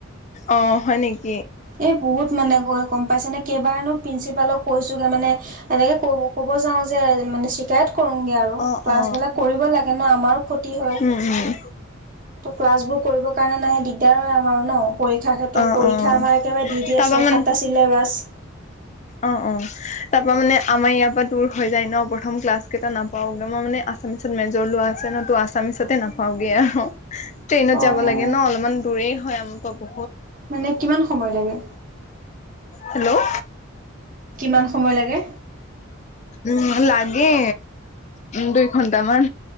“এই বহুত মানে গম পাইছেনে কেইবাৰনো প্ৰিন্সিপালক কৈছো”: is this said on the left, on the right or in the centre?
Right